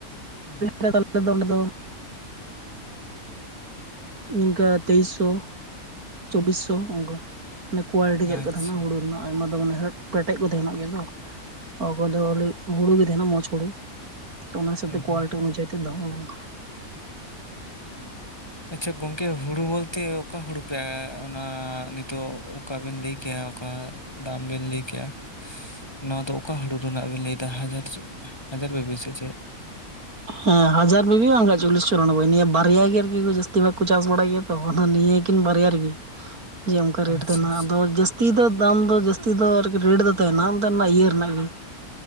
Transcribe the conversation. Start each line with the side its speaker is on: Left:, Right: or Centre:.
Left: ᱦᱩᱸ
Right: <inaudible> ᱛᱟᱦᱞᱮ ᱫᱚ ᱚᱸᱰᱮ ᱫᱚ ᱤᱱᱠᱟᱹ ᱛᱮᱭᱤᱥᱥᱚ ᱪᱚᱵᱵᱤᱥ ᱥᱚ ᱚᱱᱠᱟ ᱢᱟᱱᱮ ᱠᱳᱣᱟᱞᱤᱴᱤ ᱪᱮᱫ
Left: ᱟᱪᱪᱷᱟ
Right: ᱞᱮᱠᱟ ᱛᱟᱦᱮᱱᱟ ᱦᱩᱲᱩ ᱨᱮᱱᱟᱜ ᱾ ᱟᱭᱢᱟ ᱫᱚ ᱢᱟᱱᱮ ᱦᱮᱸ ᱯᱮᱴᱮᱡ ᱠᱚ ᱛᱟᱦᱮᱱᱚᱜ ᱜᱮᱭᱟ ᱛᱚ ᱾ ᱚᱠᱟ ᱠᱚᱫᱚ ᱠᱷᱟᱞᱤ ᱦᱩᱲᱩ ᱜᱮ ᱛᱟᱦᱮᱱᱟ ᱢᱚᱸᱡᱽ ᱦᱩᱲᱩ ᱚᱱᱟ ᱦᱤᱥᱟᱹᱵᱛᱮ
Left: ᱦᱩᱸ
Right: ᱠᱣᱟᱞᱤᱴᱤ
Left: ᱦᱩᱸ
Right: ᱚᱱᱩᱡᱟᱭᱤᱛᱮ ᱫᱟᱢ ᱚᱱᱟ <unintelligible>
Left: ᱟᱪᱪᱷᱟ ᱜᱚᱝᱠᱮ ᱦᱩᱲᱩ ᱵᱚᱞᱛᱮ ᱚᱠᱟ ᱦᱩᱲᱩ ᱯᱮ ᱚᱱᱟ ᱱᱤᱛᱚᱜ ᱚᱠᱟ ᱵᱤᱱ ᱞᱟᱹᱭ ᱠᱮᱭᱟ ᱚᱠᱟ ᱫᱟᱢ ᱵᱮᱱ ᱞᱟᱹᱭᱠᱮᱜ-ᱟ ᱾ ᱱᱚᱣᱟ ᱫᱚ ᱚᱠᱟ ᱦᱩᱲᱩ ᱨᱮᱱᱟᱜ ᱵᱮᱱ ᱞᱟᱹᱭᱫᱟ ᱦᱟᱡᱟᱨ ᱦᱟᱡᱟᱨ ᱵᱮᱵᱤ ᱥᱮ ᱪᱮᱫ?
Right: ᱦᱮᱸ ᱦᱟᱡᱟᱨ ᱵᱤᱵᱤ ᱵᱟᱝᱠᱷᱟᱡ ᱪᱚᱞᱞᱤᱥ ᱪᱩᱨᱟᱱᱚᱵᱵᱚᱭ ᱱᱤᱭᱟᱹ ᱵᱟᱨᱭᱟ ᱜᱮ ᱟᱨᱠᱤ ᱠᱚ ᱡᱟᱹᱥᱛᱤ ᱵᱷᱟᱜ ᱠᱚ ᱪᱟᱥ ᱵᱟᱲᱟᱭ ᱜᱮᱭᱟ ᱛᱚ ᱚᱱᱟ ᱱᱤᱭᱟᱹᱠᱤᱱ ᱵᱟᱨᱭᱟ ᱨᱮᱜᱤ
Left: <unintelligible>
Right: ᱾ ᱡᱮ ᱚᱱᱠᱟ ᱨᱮᱴ
Left: ᱟᱪᱪᱷᱟ
Right: ᱫᱚ ᱱᱟᱜ
Left: ᱟᱪᱪᱷᱟ
Right: ᱟᱫᱚ ᱡᱟᱥ ᱛᱤ ᱫᱚ ᱫᱟᱢ ᱫᱚ ᱡᱟᱹᱥᱛᱤ ᱫᱚ ᱟᱨᱠᱤ ᱨᱮᱴ ᱫᱚ ᱛᱟᱦᱮᱱᱟ <unintelligible> ᱚᱫᱚ ᱚᱱᱟ ᱤᱭᱟᱹ ᱨᱮᱱᱟᱜ